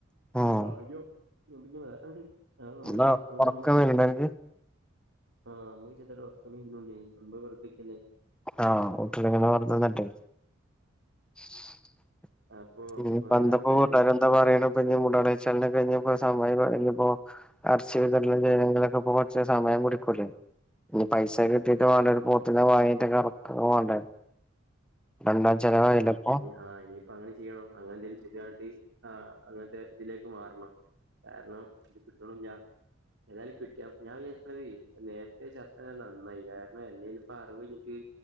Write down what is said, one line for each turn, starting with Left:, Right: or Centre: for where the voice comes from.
Centre: ഉം
Right: ഭാഗ്യം ഞമ്മക്കിഞ്ഞി വേറെഎവുടി ആഹ് ഞമ്മള്
Centre: എന്താ
Right: ചത്തോണ്ട്
Centre: ഉറക്കം
Right: അമ്മ
Centre: വരണ്ട അനക്ക്
Right: ആഹ് അമ്മക്ക് ചെർതായിട്ട് ഒറക്കം വെർന്നുണ്ട് സംഭവം വെർതെനിക്കല്ലേ?
Centre: ആഹ് ഒത്തുല്ലെങ്കിന്ന വെർതെ നിന്ന്ട്ടെ <inaudible>
Right: അപ്പൊ
Centre: ഉം
Right: ഒന്നാലോചിച്ചാല്
Centre: ഞ്ഞിന്തപ്പോ വൂട്ടാര് എന്താ പറയണ് മുടളീച്ചെലിന് കയ്ഞ്ഞപ്പോ സമയം കയ്ഞ്ഞപ്പോ അർച്ചിയൊക്കെ കിട്ടെണെങ്കി അയ്നെങ്കി കൊർച്ച് സമയം പുടിക്കൂലെ? ഇനി പൈസക്കെ കിട്ടീട്ട് വാണ്ടെഒരു പോത്തിനെ വാങ്ങീറ്റൊക്കെ ആർക്കാക്കോ വാണ്ടേ? രണ്ടാംചെലെവ് ആയില്ലെപ്പോ?
Right: ആഹ് ഇനിയിപ്പം അങ്ങനെ ചെയ്യണം അങ്ങനെ എന്തെലും ചെയ്ത്ക്കാണ്ട് ആഹ് അങ്ങൻത്തെ ഇതിലേക്ക് മാറണം കാരണം ഇത് കിട്ട്ണൂല്ല. ഏാതായാലും കിട്ടിയ ഞാൻ വിജാരിക്ക്ണെതെയ് നേര്ത്തെ ചത്തത് നന്നായി കാരണം എല്ലെനിപ്പോ അറവ് കയ്ഞ്ഞിട്ട്